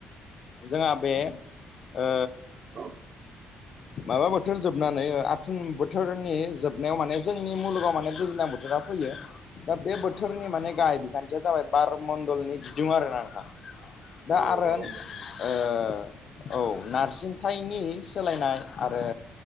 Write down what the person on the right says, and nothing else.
औ
औ
बार'
मण्डलनि गिदिं